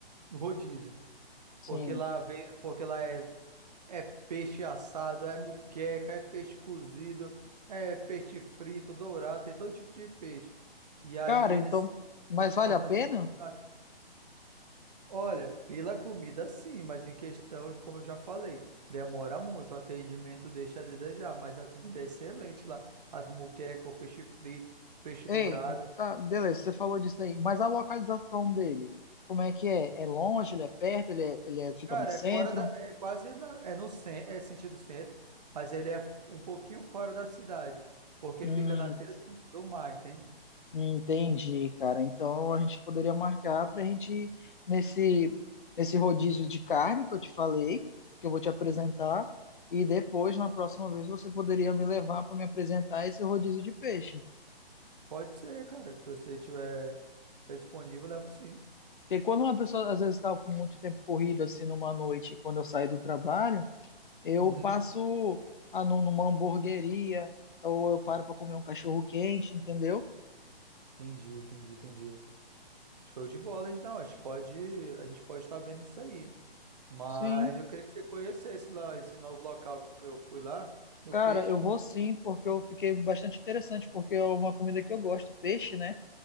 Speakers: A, on the right; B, on the left.
A: No rodízio.
B: Sim.
A: Porque lá, vem, porque lá é é peixe assado, é muqueca, é peixe cozido, é peixe frito, dourado, tem todo tipo de peixe. E aí
B: Cara,
A: eles
B: então, mas vale
A: fazem
B: a pena?
A: uma dificuldade. Olha, pela comida sim, mas em questão de, como eu já falei, demora muito, o atendimento deixa a desejar, mas a comida é excelente lá. As muquecas, o peixe frito, o peixe
B: Ei,
A: dourado.
B: tá, beleza, você falou disso aí, mas a localização dele, como é que é? É longe, ele é perto, ele, é- ele é- fica
A: Cara,
B: no centro?
A: é fora da. É quase. na- é no cen- é sentido centro, mas ele é f- um pouquinho fora da cidade, porque
B: Hum,
A: ele fica na beira do, do mar, entende?
B: Entendi, cara. Então a gente poderia marcar para a gente ir nesse nesse rodízio de carne que eu te falei, que eu vou te apresentar, e depois na próxima vez você poderia me levar para me apresentar esse rodízio de peixe.
A: Pode ser, cara. Se você tiver, tiver disponível, levo sim.
B: Porque quando uma pessoa às vezes está com muito tempo corrido assim numa noite, quando eu saio do trabalho, eu
A: Uhum.
B: passo ah, nu- numa hamburgueria ou eu paro para comer um cachorro quente, entendeu?
A: Entendi, entendi, entendi. Show de bola, então. A gente pode, a gente pode estar vendo isso aí. Mas
B: Sim.
A: eu queria que você conhecesse lá esse novo local que eu fui lá, no
B: Cara,
A: Peixe.
B: eu vou
A: Muito
B: sim, porque
A: bom, cara.
B: eu fiquei bastante interessante, porque é uma comida que eu gosto, peixe, né?